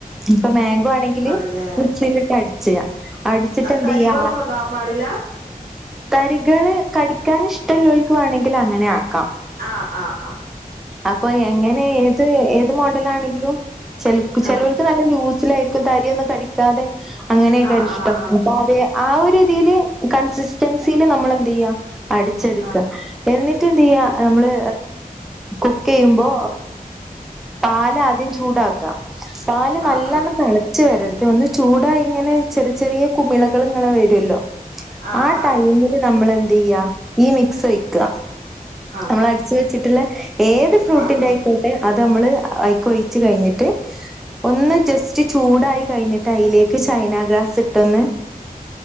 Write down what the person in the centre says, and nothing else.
ഇപ്പൊ മാംഗോ ആണെങ്കില്
മിക്സിയിലിട്ട് അടിച്ച അടിച്ചിട്ട് എന്ത്
ചെയ്യ.
തരികള് കടിക്കാൻ ഇഷ്ടല്ലോൽക്ക് വേണങ്കിൽ അങ്ങനെ ആക്കാം.
അപ്പൊ എങ്ങനെ ഏത് ഏത് മോഡല ആണെങ്കിലും ചെൽക്ക്
ചെലോൽ നല്ല ലൂസിലായിരിക്കും തട്യന്നും തടിക്കാതെ അങ്ങനെയൊക്കെ
ഇഷ്ടം
അപ്പ അത് ആഹ് ഒര് തില് കൺസിറ്റൻസില് നമ്മള് എന്തിയ്യാ അടിച്ചെടുക്ക
എന്നിട്ട് എന്ത് ചെയ്യാ നമ്മള് കുക്ക് ചെയ്യുമ്പോ പാല് ആദ്യം ചൂടാക്ക പാല് നല്ലവണ്ണം
തള ച്ച് വരരുത് ഒന്ന് ചൂടാ ഇങ്ങനെ ചെറിയ ചെറിയ കുമിളകൾ ഇങ്ങനെ വരുമല്ലോ
ആ
ടൈമില് നമ്മൾ എന്ത് ചെയ്യ ഈ മിക്സ് ഒയ് ക്ക
നമ്മൾ അടിച്ച വെച്ചിട്ടുള്ള ഏത് ഫ്രൂട്ടിന്റെ
ആയിക്കോട്ടെ അത് ത്ത് നമ്മള് ഐക്കൊഴിച്ച് കഴിഞ്ഞിട്ട് ഒന്ന് ജസ്റ്റ് ചൂടായി കഴിഞ്ഞിട്ട് അതിലേക്ക് ചൈനാ ഗ്രാസ് ഇട്ടൊന്ന്